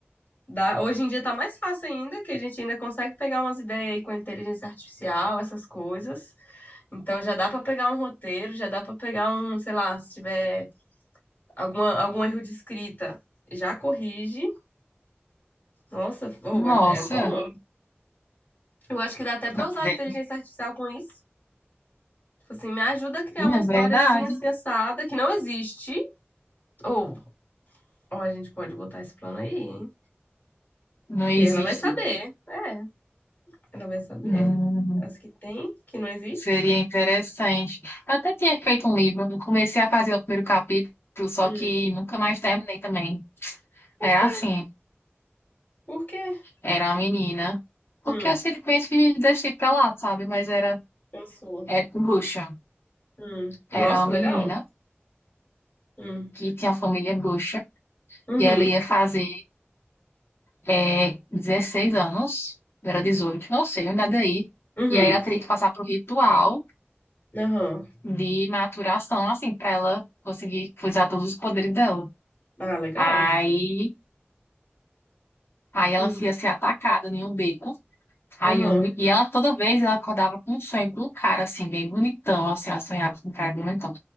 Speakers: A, on the left; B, on the left.
A: Dá. Hoje em dia tá mais fácil ainda, que a gente ainda consegue pegar umas ideias aí com inteligência artificial, essas coisas. Então já dá pra pegar um roteiro, já dá pra pegar um, sei lá, se tiver alguma, algum erro de escrita, já corrige. Nossa, ô,
B: Nossa,
A: é bom, Eu acho que dá até pra
B: não,
A: usar
B: ve-
A: a inteligência artificial com isso. Tipo assim, me ajuda a criar
B: menina,
A: uma
B: é
A: história
B: verdade.
A: assim, assim, assada, que não existe. Ou, ó, a gente pode botar esse plano aí, hein?
B: Não
A: Porque
B: existe.
A: ela vai saber. É, ela vai saber.
B: Hum,
A: As que tem, que não existe.
B: seria interessante. Eu até tinha feito um livro, eu comecei a fazer o primeiro capítulo, só
A: Hum.
B: que nunca mais terminei também.
A: Por
B: Era
A: quê?
B: assim,
A: Por quê?
B: era a menina. Porque
A: Hum,
B: eu simplesmente deixei pra lá, sabe? Mas era,
A: pensou.
B: era com bruxa.
A: Hum.
B: Era
A: Nossa,
B: uma menina
A: legal. Hum.
B: que tinha família bruxa
A: Uhum.
B: e ela ia fazer é, 16 anos, eu era 18, não sei, nada aí.
A: Uhum.
B: E aí ela teria que passar por ritual
A: Aham.
B: de maturação, assim, para ela conseguir usar todos os poderes dela.
A: Ah, legal.
B: Aí, aí ela
A: Hum.
B: ia ser atacada em um beco. Aí
A: Aham.
B: eu, e ela toda vez ela acordava com um sonho com um cara assim, bem bonitão, assim, ela sonhava com um cara bem bonitão.